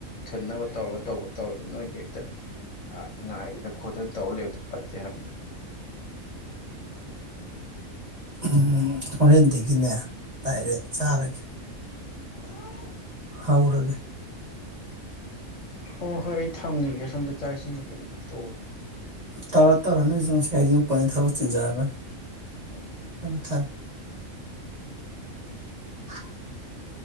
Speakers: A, on the left; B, on the right.
A: ꯊꯟꯅꯕ ꯇꯧꯔꯒ ꯇꯧꯕ ꯇꯧꯋꯦꯕ ꯅꯣꯏꯁ ꯍꯦꯛꯇ ꯉꯥꯏꯗꯅ ꯈꯣꯠꯇꯅ ꯇꯧꯔ ꯂꯩꯕꯗꯣ ꯐꯠꯇꯦ ꯍꯥꯏꯕꯗ
B: ꯎꯝ ꯍꯣꯔꯗꯦ ꯀꯅꯦ ꯇꯥꯏꯔꯦ ꯆꯔꯒꯤ
A: <unintelligible>
B: ꯍꯥꯎꯔꯒꯦ
A: ꯍꯣꯏ ꯍꯣꯏ ꯑꯩ ꯊ ꯐꯪꯉꯤꯒꯦ ꯁꯣꯝꯗ ꯆꯥꯛꯏꯁꯤꯡ ꯀꯩ ꯀꯩ ꯑꯝ ꯇꯣ
B: ꯇꯧꯔꯣ ꯇꯧꯔꯣ ꯅꯣꯏꯁꯨ ꯉꯥ ꯀꯌꯥꯖꯤꯡ ꯄꯛ ꯊꯕꯛ ꯆꯤꯟꯖꯥꯔꯝꯃꯅꯤ
A: ꯎꯝ
B: ꯊꯝꯃꯦ ꯊꯝꯃꯦ <unintelligible>